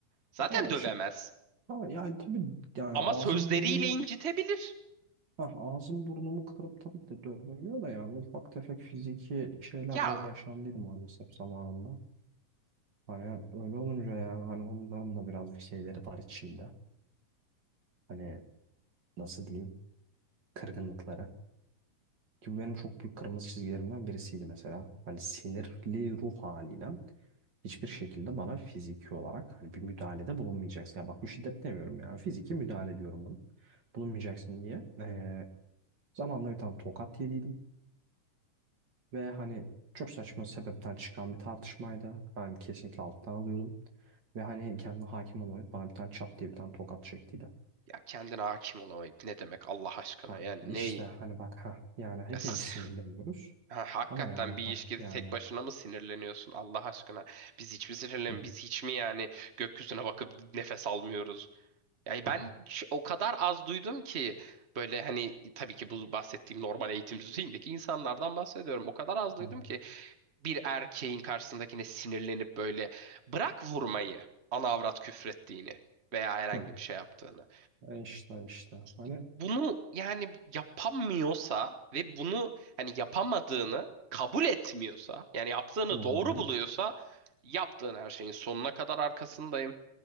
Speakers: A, on the right; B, on the right.
A: Zaten
B: ya
A: dövemez.
B: şu ha, yani tabii yani
A: Ama
B: ağzım
A: sözleriyle
B: burnumu
A: incitebilir.
B: Ha, ağzım burnumu kırıp tabii ki de dövemiyor da yani ufak tefek fiziki şeyler
A: Ya
B: de yaşandıydı maalesef zamanında. Hani öyle olunca yani hani onların da birazcık şeyleri var içimde. Hani nasıl diyeyim kırgınlıkları. Ki bu benim çok büyük kırmızı çizgilerimden birisiydi mesela. Hani sinirli ruh haliyle hiçbir şekilde bana fiziki olarak hani bir müdahalede bulunmayacaksın. Ya bak bu şiddet demiyorum yani fiziki müdahale diyorum bunu. Bulunmayacaksın diye. Ee, zamanla bir tane tokat yediydim. Ve hani çok saçma sebepten çıkan bir tartışmaydı. Ben kesinlikle alttan alıyordum. Ve hani kendine hakim olamayıp bana bir tane çat diye bir tane tokat çektiydi.
A: Ya kendine hakim olamayıp ne demek Allah aşkına
B: Ha,
A: yani
B: işte
A: neyi?
B: hani bak ha yani hepimiz
A: Es-
B: sinirleniyoruz.
A: Ha, hakikaten
B: Ama yani ha
A: bir ilişkide
B: yani
A: tek başına mı sinirleniyorsun Allah aşkına? Biz hiç mi sinirlen,
B: hı,
A: biz hiç mi yani gökyüzüne bakıp nefes almıyoruz? Yani ben
B: hı,
A: ç- o kadar az duydum ki böyle hani tabii ki bu bahsettiğim normal eğitim düzeyindeki insanlardan bahsediyorum. O kadar az duydum
B: hı,
A: ki bir erkeğin karşısındakine sinirlenip böyle bırak vurmayı ana avrat küfrettiğini veya herhangi
B: hı.
A: bir şey yaptığını.
B: E işte işte hani
A: Bunu yani yapamıyorsa ve bunu hani yapamadığını kabul etmiyorsa yani yaptığını
B: hı hı.
A: doğru buluyorsa yaptığın her şeyin sonuna kadar arkasındayım.